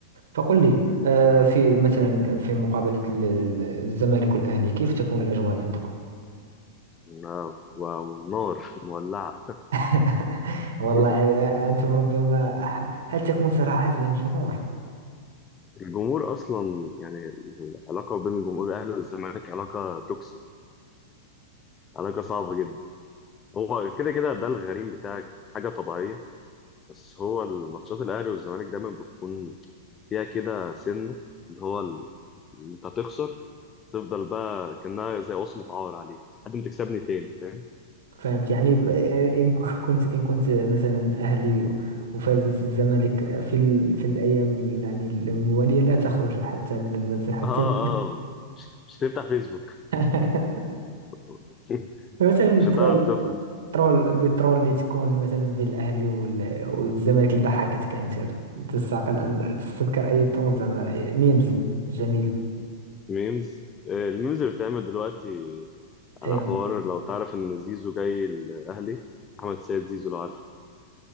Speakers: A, on the right; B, on the left.
A: فقل لي آه، في مثلا في مقابلة ال- ال- الزمالك والأهلي كيف تكون الأجواء عندكم؟
B: نعم، ونار مولعه
A: <laughs> والله
B: <laughs>
A: آه، أنتم ربما ح- هل تكون صراعات بين الجمهور؟
B: الجمهور اصلا يعني العلاقه بين جمهور الاهلي والزمالك علاقه توكسيك علاقه صعبه جدا هو كده كده ده الغريم بتاعك حاجه طبيعيه بس هو الماتشات الاهلي والزمالك دايما بتكون فيها كده سنه اللي هو ال- انت هتخسر تفضل بقى كأنها زي وصمة عار عليك لحد ما تكسبني تاني فاهم
A: فهمت يعني آه، إن ك- كنت إن كنت مثلا أهلي وفازت الزمالك في ال... في الأيام ال- يعني الموالية لا تخرج حتى من المنزل حتى
B: اه اه مش مش هتفتح فيسبوك
A: <laughs>
B: <laughs>
A: مثلا البرو
B: مش هتعرف تخرج
A: ترول بالترول اللي تكون مثلا بين الاهلي وال- والزمالك اللي ضحكتك انت تستقل ان تستذكر اي ترول زعما ميمز جميل
B: ميمز آه، الميمز اللي بتعمل دلوقتي على
A: ايوه
B: حوار لو تعرف ان زيزو جاي الاهلي احمد سيد زيزو لو عارفه